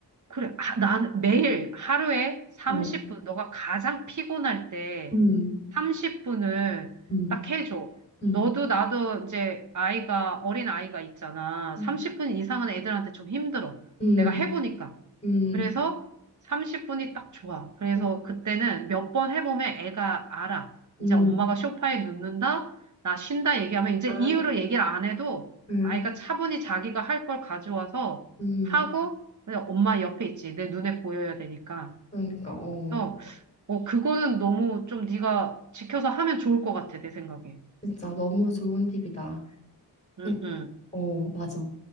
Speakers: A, on the right (about 45°); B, on the left (about 15°).
A: 그래. 아, 난 매일 하루에 30분,
B: 어,
A: 너가 가장 피곤할 때
B: 음,
A: 30분을
B: 음,
A: 딱 해줘.
B: 음,
A: 너도 나도 이제 아이가, 어린 아이가 있잖아.
B: 음,
A: 30분 이상은 애들한테 좀 힘들어.
B: 음,
A: 내가 해보니까.
B: 음,
A: 그래서 30분이 딱 좋아. 그래서
B: 음,
A: 그때는 몇 번 해보면 애가 알아.
B: 음,
A: 이제 엄마가 소파에 눕는다? 나 쉰다 얘기하면 이제
B: 아,
A: 이유를 얘기를 안 해도
B: 음,
A: 아이가 차분히 자기가 할 걸 가져와서
B: 음.
A: 하고 그냥 엄마 옆에 있지. 내 눈에 보여야 되니까.
B: 그러니까 어,
A: 그래서 어 그거는 너무 좀 네가 지켜서 하면 좋을 것 같아 내 생각에.
B: 진짜 너무 좋은 팁이다.
A: 응,
B: 그러니까,
A: 응.
B: 어, 맞아.